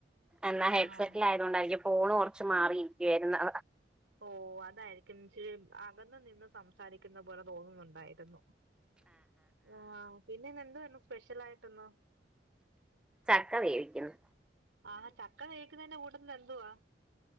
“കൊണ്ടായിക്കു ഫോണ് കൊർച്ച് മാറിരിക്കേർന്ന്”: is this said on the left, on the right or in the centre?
Centre